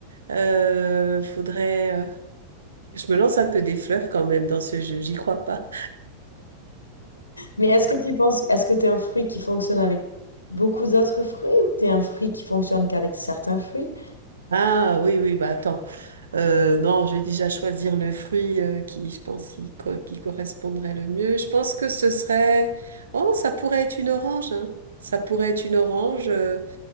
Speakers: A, on the right; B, on the left.
A: euh, faudrait, euh, je me lance un peu des fleurs quand même dans ce jeu, j'y crois pas.
B: Mais est-ce que tu penses, est-ce que tu es un fruit qui fonctionne avec beaucoup d'autres fruits ou que tu es un fruit qui fonctionne qu'avec certains fruits?
A: Ah oui, oui, bah attends, Euh, non, je vais déjà choisir le fruit euh, qui, je pense, qui, co- qui correspondrait le mieux. Je pense que ce serait, oh, ça pourrait être une orange, hein. Ça pourrait être une orange. euh,